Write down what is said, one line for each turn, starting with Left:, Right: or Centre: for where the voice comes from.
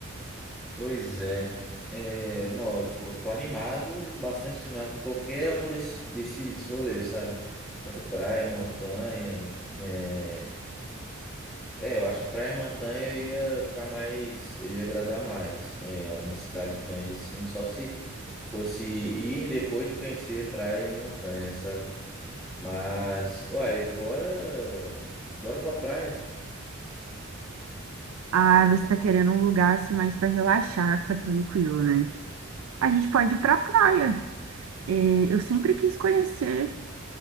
Centre: Pois é, é, não, tipo, tô animado, bastante animado por qualquer um desses, desses rolês, sabe? Tanto praia, montanha, né? É, eu acho que Praia e Montanha eu ia ficar mais, eu ia agradar mais. É uma cidade grande assim, só se fosse ir depois de conhecer praia e montanha, sabe? Mas, uai, bora, bora pra praia.
Right: Ah, você está querendo um lugar assim mais para relaxar, ficar tranquilo, né? A gente pode ir para praia. É, eu sempre quis conhecer